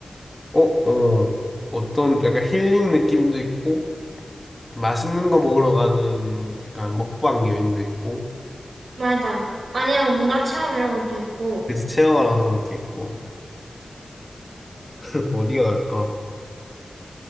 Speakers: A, on the left; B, on the right.
A: 어, 어, 어떤 약간 힐링 느낌도 있고, 맛있는 거 먹으러 가는 약간 먹방 여행도 있고,
B: 맞아. 아니면 문화 체험 이런 것도 있고.
A: 그지 체험하러 가는 것도 있고. <laughs> 어디가 나을까?